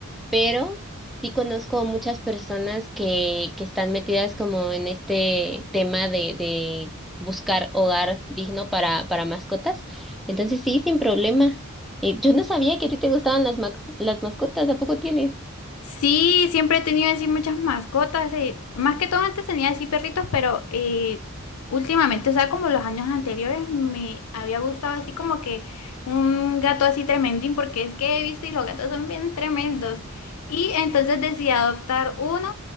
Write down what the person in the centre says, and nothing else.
pero sí conozco muchas personas que, que están metidas como en este tema de, de buscar hogar digno para, para mascotas. Entonces, sí, sin problema. Eh, yo no sabía que a ti te gustaban las, ma- las mascotas, ¿a poco tienes?